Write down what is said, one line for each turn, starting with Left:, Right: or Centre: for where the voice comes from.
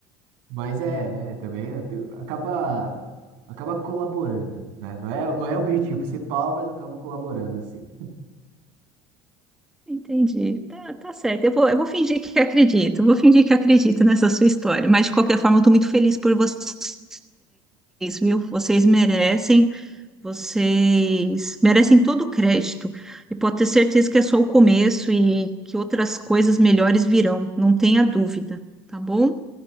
Right: Mas é, é, também eu tenho- acaba, acaba colaborando, né? Não é, não é o objetivo principal, mas acaba colaborando, assim.
Centre: Entendi. Tá, tá certo. Eu vou, eu vou fingir que acredito. Vou fingir que acredito nessa sua história. Mas, de qualquer forma, eu estou muito feliz por vocês, viu? Vocês merecem, vocês merecem todo o crédito. E pode ter certeza que é só o começo e que outras coisas melhores virão. Não tenha dúvida, tá bom?